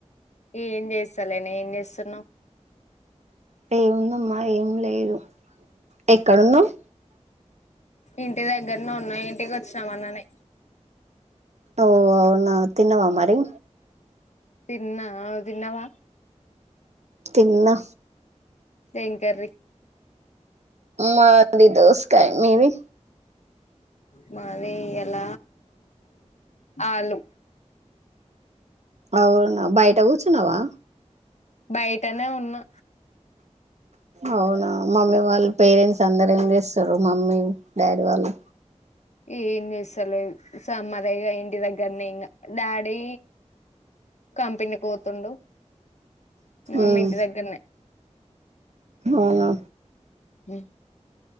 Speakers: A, on the left (about 70°); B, on the right (about 70°).
A: ఏం చేస్తలేేన్ ఏం చేస్తునా
B: ఏముందిదమ్మా ఏం లేదు. ఎక్కడున్నావ్
A: ఇంటి దగ్గరనే ఉన్నా ఇంటికి వచ్చినా మొన్ననే
B: ఓ అవునా తిన్నవా మరి?
A: తిన్నా ఆ తిన్నవా?
B: తిన్న
A: ఏం కర్రీ?
B: మాది దోసకాయ్ మీది?
A: మాది ఈయల ఆలు
B: అవునా బయట కూచున్నావా?
A: బయటనే ఉన్నా
B: అవునా మమ్మీ వాళ్ళు పేరెంట్స్ అందరు ఏం చేస్తుర్రు మమ్మీ డాడీ వాళ్ళు
A: ఏం చేసాలెడ్ సమ్మరే ఇంటి దగ్గరనే ఇంకా డాడీ కంపెనీకి పోతుండు మమ్మీ
B: ఉమ్
A: ఇంటి దగ్గరనే
B: అవునా
A: ఉమ్